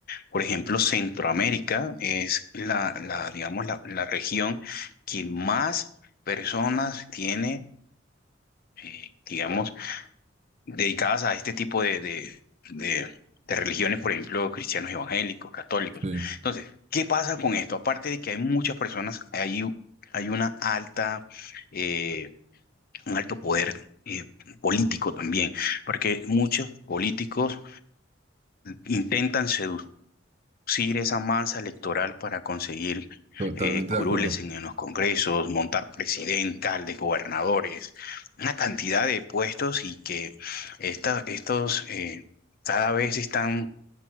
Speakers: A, on the left; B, on the right.
A: Por ejemplo, Centroamérica es la, la digamos, la, la región que más personas tiene, eh, digamos, dedicadas a este tipo de, de, de, de religiones, por ejemplo, cristianos evangélicos, católicos.
B: Sí,
A: Entonces, ¿qué pasa con esto? Aparte de que hay muchas personas, hay, u- hay una alta, eh, un alto poder eh, político también, porque muchos políticos intentan seducir producir esa masa electoral para conseguir
B: totalmente
A: eh, curules
B: de acuerdo.
A: en, en los congresos, montar presidentes, alcaldes, gobernadores, una cantidad de puestos y que esta, estos eh, cada vez están